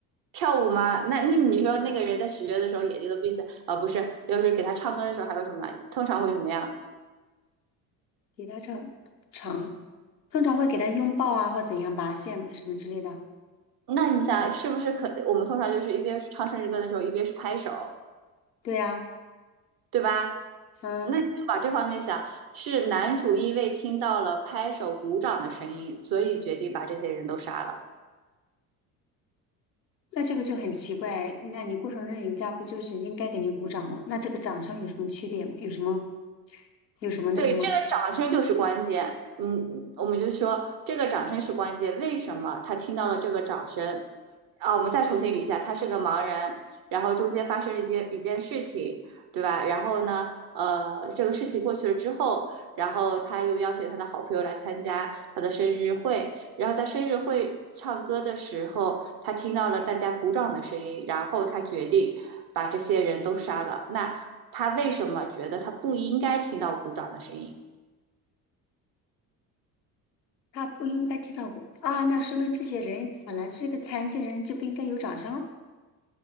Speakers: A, on the right; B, on the left.
A: 跳舞吗？那那你说那个人在许愿的时候眼睛都闭起来，啊、不是，就是给他唱歌的时候还有什么？通常会怎么样？
B: 给他唱唱，通常会给他拥抱啊或怎样吧，献什么之类的。
A: 那你想是不是可？我们通常就是一边唱生日歌的时候，一边是拍手，
B: 对啊，
A: 对吧？
B: 嗯，
A: 那你就往这方面想，是男主因为听到了拍手鼓掌的声音，所以决定把这些人都杀了。
B: 那这个就很奇怪，那你过生日人家不就是应该给你鼓掌吗？那这个掌声有什么区别吗？有什么有什么那个吗？
A: 对，这个掌声就是关键。嗯，我们就说这个掌声是关键。为什么他听到了这个掌声？啊，我们再重新捋一下，他是个盲人，然后中间发生了一件一件事情，对吧？然后呢，呃，这个事情过去了之后，然后他又邀请他的好朋友来参加他的生日会，然后在生日会唱歌的时候，他听到了大家鼓掌的声音，然后他决定把这些人都杀了。那他为什么觉得他不应该听到鼓掌的声音？
B: 他不应该听到过啊，那说明这些人本来是个残疾人就不应该有掌声。